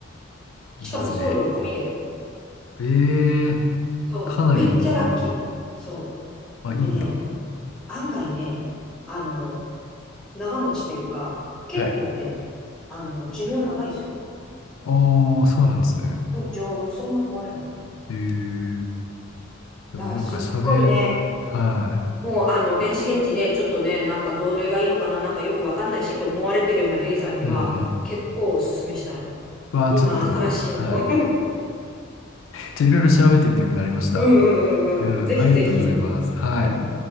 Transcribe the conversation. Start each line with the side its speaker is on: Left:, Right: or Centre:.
Left: いいですね。
Centre: しかも送料込みで。
Left: ええ
Centre: そう、
Left: かなりお得。
Centre: めっちゃラッキー。そ
Left: あ、いいな。
Centre: う。でね、案外ね、あのー長持ちというか、結構ね、
Left: はい。
Centre: あの、寿命長いですよ。
Left: ああ、そうなんですね。
Centre: うん、丈夫。そんな壊れない。
Left: ええでもなんか喋、
Centre: だからすっごいね、
Left: はい。
Centre: もうあの、電子レンジね、ちょっとね、なんかどれがいいのかな、なんかよくわかんないしって思われてるようなレイさんには、
Left: うんうん。
Centre: 結構おすすめしたい。
Left: わあ、
Centre: 今、
Left: ちょっと、
Centre: 新しいの。
Left: はい。
Centre: <laughs>
Left: ちょ、いろいろ調べてみたくなりました。
Centre: うんうんうんうん。
Left: うん、
Centre: ぜひぜひ。
Left: ありがとうございます。はい。
Centre: うん。